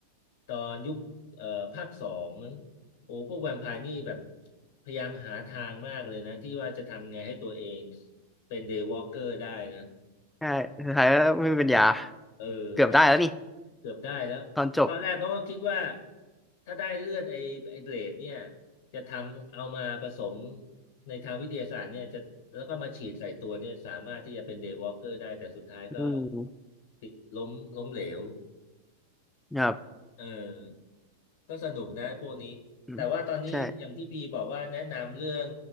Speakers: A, on the left; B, in the centre.
A: ตอนยุคเอ่อภาคสองโอ้พวกแวมไพร์นี่แบบพยายามหาทางมากเลยนะที่ว่าจะทำไงให้ตัวเองเป็นเดย์วอล์กเกอร์ได้นะ
B: ใช่สุดท้ายก็ไม่มีปัญญา
A: เออตอน
B: เกือบได้แล้วนี่
A: เกือบได้แล้วตอนแรกเขาก็คิดว่า
B: ตอนจบ
A: ถ้าได้เลือดไอ้ไอ้เบลดเนี่ยจะทำเอามาผสมในทางวิทยาศาสตร์เนี่ยจะแล้วก็มาฉีดใส่ตัวเนี่ยสามารถที่จะเป็นเดย์วอล์กเกอร์ได้แต่สุดท้ายก็
B: อืม
A: ติดล้มล้มเหลว
B: ครับ
A: เออก็สนุกนะพวกนี้แต่ว่าตอนนี้อย่างที่พีบอกว่าแนะนำเรื่อง
B: อืมใช่